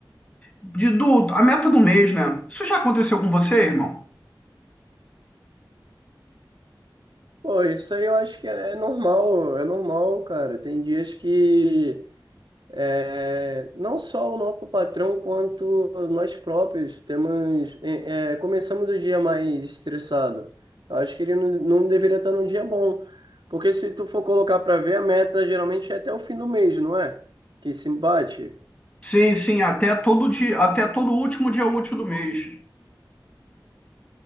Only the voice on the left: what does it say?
de, do, a meta do mês, né? Isso já aconteceu com você, irmão?
Sim, sim, até todo dia, até todo último dia útil do mês.